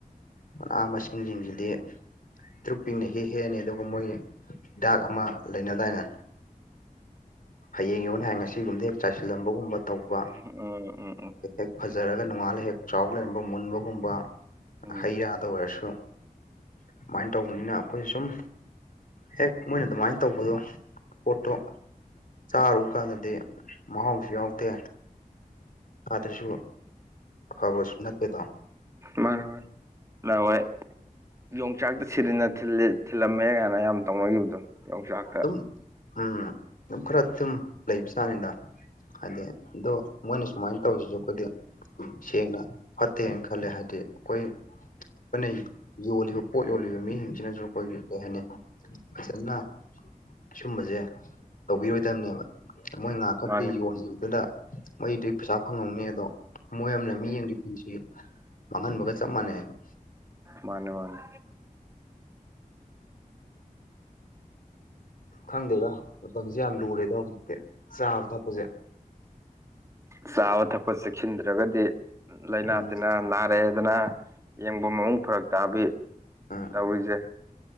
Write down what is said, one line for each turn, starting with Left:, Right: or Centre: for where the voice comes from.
Left: ꯃꯅꯥ ꯃꯁꯤꯡ ꯁꯤꯡꯁꯤꯗꯤ ꯄꯤꯇꯔꯨꯛ ꯄꯤꯛꯅ ꯍꯦ ꯍꯦꯛ ꯑꯅꯤ ꯑꯗꯨꯒ ꯃꯣꯏꯒꯤ ꯍꯤꯗꯥꯛ ꯑꯃ ꯂꯩꯅꯗꯥꯏꯅꯦ ꯍꯌꯦꯡ ꯌꯣꯟꯅꯤ ꯍꯥꯏꯔ ꯉꯁꯤꯒꯨꯝꯕꯗ ꯍꯦꯛ ꯆꯥꯏꯁꯤꯜ ꯂꯝꯕꯒꯨꯝꯕ ꯇꯧꯕ
Right: ꯎꯝ ꯎꯝ ꯎꯝ ꯎꯝ
Left: ꯍꯦꯛ ꯍꯦꯛ ꯐꯖꯔꯒ ꯅꯣꯡꯉꯥꯜꯂ ꯍꯦꯛ ꯆꯥꯎ ꯂꯩꯔꯝꯕ ꯃꯨꯟꯕꯒꯨꯝꯕ
Right: ꯎꯝ
Left: ꯍꯩ ꯌ ꯗ ꯑꯣꯏꯔꯁꯨ ꯁꯨꯃꯥꯏꯅ ꯇꯧꯕꯅꯤꯅ ꯑꯩꯈꯣꯏꯁꯨ ꯁꯨꯝ ꯍꯦꯛ ꯃꯣꯏꯅ ꯑꯗꯨꯃꯥꯏꯅ ꯇꯧꯕꯗꯣ ꯄꯣꯠꯇꯣ ꯆꯥꯔꯨ ꯀꯥꯟꯗꯗꯤ ꯃꯍꯥꯎꯁꯨ ꯌꯥꯎꯗꯦ ꯑꯗꯁꯨ ꯐꯕꯁꯨ ꯅꯠꯇꯦꯗꯣ
Right: ꯃꯥꯅꯦ ꯃꯥꯅꯦ ꯅꯍꯥꯟꯋꯥꯏ ꯌꯣꯡꯆꯥꯛꯇ ꯁꯤꯔꯤꯟꯅ ꯊꯤꯜꯂꯦ ꯊꯤꯜꯂꯝꯃꯦ ꯀꯥꯏꯅ ꯌꯥꯝ ꯇꯧꯅꯈꯤꯕꯗꯣ ꯌꯣꯡꯆꯥꯛ
Left: ꯑꯗꯨꯝ ꯎꯝ ꯑꯗꯨꯝ ꯈꯔ ꯁꯨꯝ ꯂꯩꯕꯖꯠꯅꯤꯗ ꯍꯥꯏꯗꯤ ꯑꯗꯣ ꯃꯣꯏꯅ ꯁꯨꯃꯥꯏꯅ ꯇꯧꯔꯤꯁꯤ ꯑꯩꯈꯣꯏꯗꯤ ꯁꯦꯡꯅ ꯐꯠꯇꯦꯅ ꯈꯜꯂꯦ ꯍꯥꯏꯕꯗꯤ ꯑꯩꯈꯣꯏ ꯑꯩꯈꯣꯏꯅ ꯌꯣꯜꯂꯤꯕ ꯄꯣꯠ ꯌꯣꯜꯂꯤꯕ ꯃꯤꯁꯤꯡꯁꯤꯅꯁꯨ ꯑꯩꯈꯣꯏꯒꯤ ꯀꯩ ꯍꯥꯏꯅꯤ ꯐꯖꯅ ꯁꯨꯝꯕꯖꯦ ꯇꯧꯕꯤꯔꯣꯏꯗꯕꯅꯦꯕ ꯃꯣꯏ ꯉꯍꯥꯛ ꯈꯛꯀꯤ
Right: ꯃꯥꯅꯦ
Left: ꯌꯣꯟꯈꯤꯕꯗꯨꯅ ꯃꯣꯏꯗꯤ ꯄꯩꯁꯥ ꯐꯪꯉꯝꯒꯅꯤ ꯑꯗꯣ ꯃꯣꯏ ꯑꯃꯅ ꯃꯤ ꯑꯃꯒꯤ ꯄꯨꯟꯁꯤ ꯃꯥꯡꯍꯟꯕꯒ ꯆꯞ ꯃꯥꯟꯅꯩ ꯍꯥꯏꯕ
Right: ꯃꯥꯅꯦ ꯃꯥꯅꯦ
Left: ꯈꯪꯗꯦꯗ ꯃꯇꯝꯁꯦ ꯌꯥꯝ ꯂꯨꯔꯦꯗ ꯍꯧꯖꯤꯛꯇꯤ ꯆꯥꯕ ꯊꯛꯄꯁꯦ
Right: ꯆꯥꯕ ꯊꯛꯄ ꯆꯦꯛꯁꯤꯟꯗ꯭ꯔꯒꯗꯤ ꯂꯥꯏꯅꯥ
Left: ꯎꯝ
Right: ꯇꯤꯟꯅꯥ ꯅꯥꯔꯛꯑꯦꯗꯅ ꯌꯦꯡꯕꯝ ꯑꯃꯨꯛ ꯐꯔꯛ ꯇꯥꯕꯤ
Left: ꯎꯝ
Right: ꯇꯧꯔꯤꯖꯦ